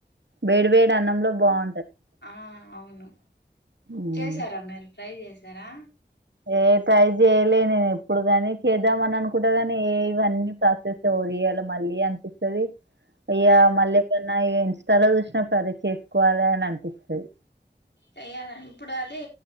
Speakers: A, on the right; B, on the left.
A: వేడి వేడి అన్నంలో బావు
B: ఆ అవును
A: ఉమ్.
B: చేసారా మీరు ట్రై చేసారా
A: ఏ ట్రై జేయలే నేను ఎప్పుడు కానీ చేద్దామ అని అనుకుంటా కాని ఏ ఇవన్నీ ప్రాసెస్ అవ్వ ఇయలా మళ్ళీ అనిపిస్తది అయ్యా
B: ఆ
A: మళ్ళీ ఎప్పున్న ఇగ ఇన్స్టాలో చూసినా అప్పుడు అది చేసుకోవాలి అని అనిపిస్తది
B: చెయాల ఇప్పుడు అదే